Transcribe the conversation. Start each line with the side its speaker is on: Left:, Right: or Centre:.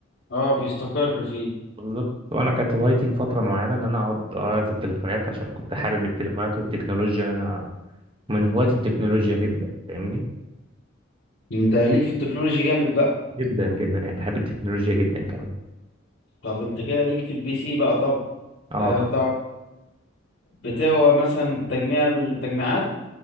Left: اه بيستقر فيه
Right: بالظبط وانا كانت هوايتي لفتره معينه ان انا اقعد اغير في التليفونات عشان كنت حابب التليفونات والتكنولوجيا إن انا من هواة التكنولوجيا جدا فاهمني
Left: انت ليك في التكنولوجي جامد بقى
Right: جدا جدا يعني بحب التكنولوجيا جدا كمان
Left: طب انت كده ليك في البي سي بقى طب
Right: اه
Left: هتع-
Right: طبعا
Left: بتاع مثلا تجميع التجميعات